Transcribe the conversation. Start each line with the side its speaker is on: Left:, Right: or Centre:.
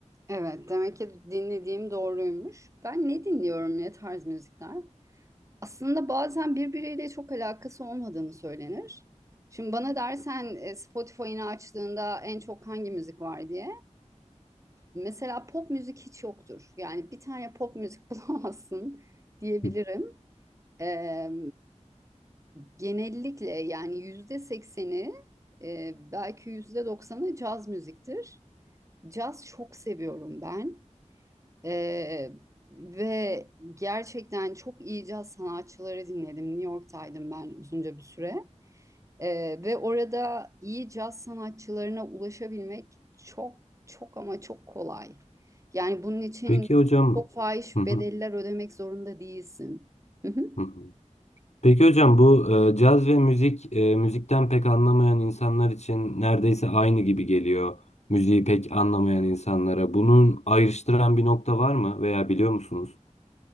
Right: Evet, demek ki dinlediğim doğruymuş. Ben ne dinliyorum ne tarz müzikler? Aslında bazen birbiriyle çok alakası olmadığını söylenir. Şimdi bana dersen e, Spotify'ını açtığında en çok hangi müzik var diye. Mesela pop müzik hiç yoktur. Yani bir tane pop müzik <laughs> bulamazsın diyebilirim.
Left: Hı.
Right: Ee, Genellikle yani yüzde sekseni e, belki yüzde doksanı caz müziktir. Caz çok seviyorum ben E, ve gerçekten çok iyi caz sanatçıları dinledim. New York'taydım ben uzunca bir süre E, ve orada iyi caz sanatçılarına ulaşabilmek çok çok ama çok kolay. Yani bunun için
Left: Peki hocam,
Right: çok fahiş
Left: Hı hı,
Right: bedeller ödemek zorunda değilsin. <laughs>
Left: hı hı. Peki hocam bu e, caz ve müzik e, müzikten pek anlamayan insanlar için neredeyse aynı gibi geliyor. Müziği pek anlamayan insanlara. Bunun ayrıştıran bir nokta var mı veya biliyor musunuz?